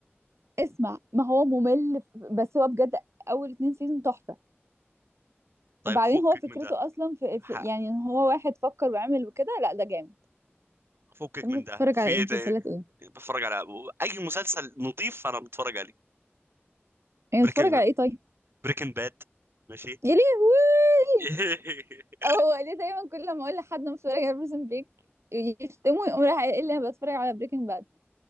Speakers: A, on the right (about 80°); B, on the right (about 60°).
A: اسمع ما هو ممل بس هو بجد اول اتنين سيزون تحفة
B: طيب
A: وبعدين
B: فكك
A: هو فكرته
B: من ده
A: اصلا في,
B: ح-
A: في يعني ان هو واحد فكر وعمل وكده لا ده جامد
B: فكك
A: طب
B: من
A: انت
B: ده
A: بتتفرج
B: في
A: على
B: ايه
A: ايه مسلسلات
B: تاني
A: ايه
B: بتفرج على اي مسلسل نظيف انا بتفرج عليه
A: يعني
B: بريكن
A: بتتفرج على ايه طيب
B: بريكن باد ماشي
A: يا لهوي
B: <laughs>
A: هو ليه دايما كل ما اقول لحد أنا بتفرج على بريزن بريك يشتموا يقوم راح قايل لي انا بتفرج على بريكنج باد